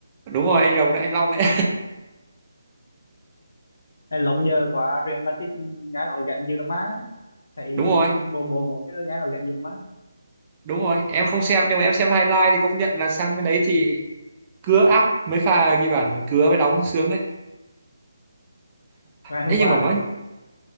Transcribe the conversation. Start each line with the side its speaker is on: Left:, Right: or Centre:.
Right: đúng rồi anh Rồng đấy anh Long đấy
Left: anh long giờ qua Real Madrid nghe nói gạnh như là má thấy
Right: <laughs> đúng rồi
Left: mùa mùa mùa chứ nghe nói gạnh như là má
Right: đúng rồi em không xem nhưng mà em xem highlight thì công nhận là sang bên đấy thì cứa ác mấy pha ghi bàn cứa mới đóng sướng đấy
Left: ngày hôm
Right: Ê, nhưng
Left: qua
Right: mà nói